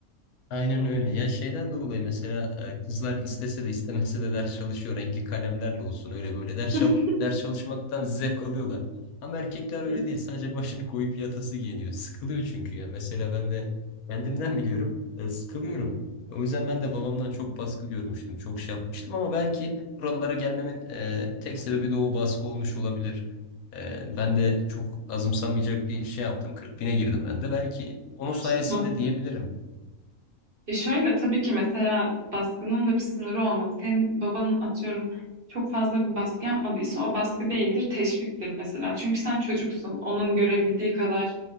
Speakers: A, on the left; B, on the right.
A: Aynen öyle. Ya şeyden dolayı mesela e, kızlar istese de istemese de ders çalışıyor. Renkli kalemlerle olsun öyle böyle ders,
B: <laughs>
A: çal- ders çalışmaktan zevk alıyorlar. Ama erkekler
B: Hı
A: öyle değil. Sadece başını koyup yatası geliyor. Sıkılıyor çünkü ya. Mesela ben de kendimden biliyorum. e, Sıkılıyorum. O yüzden ben de babamdan çok baskı görmüştüm. Çok şey yapmıştım ama belki buralara gelmemin e, tek sebebi de o baskı olmuş olabilir. E, ben de çok azımsanmayacak bir şey yaptım. kırk bine girdim ben de. Belki onun
B: Maşallah.
A: sayesinde diyebilirim.
B: Ya şöyle tabii ki mesela baskının da bir sınırı olmadı. Senin babanın atıyorum çok fazla bir baskı yapmadıysa o baskı değildir, teşviktir mesela. Çünkü sen çocuksun. Onun görebildiği kadar